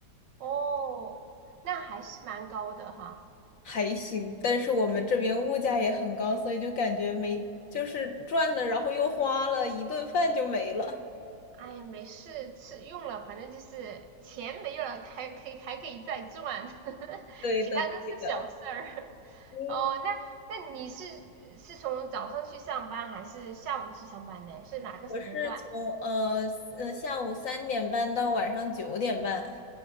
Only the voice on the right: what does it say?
哦，那还是蛮高的哈。
哎呀，没事，吃用了，反正就是钱没有了，还可以还可以再赚，<laughs>
其他都是小事儿。
哦，那那你是是从早上去上班还是下午去上班呢？是哪个时间段？